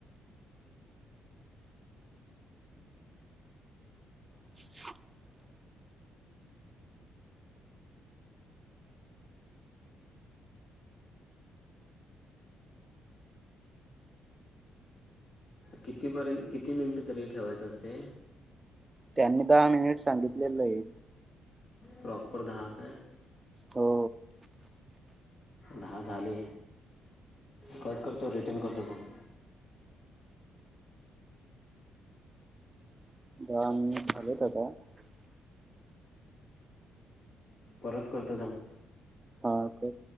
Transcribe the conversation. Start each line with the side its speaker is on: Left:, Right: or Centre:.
Right: <inaudible>
Left: कितीपर्यंत किती मिनिटं तरी ठेवायचं असतय?
Right: त्यांनी दहा मिनिट सांगितलेलंय.
Left: प्रॉपर दहा काय?
Right: हो.
Left: दहा झाले कट करतो रिटन करतो थांब.
Right: <unintelligible>
Left: परत करतो थांब.
Right: हा कर.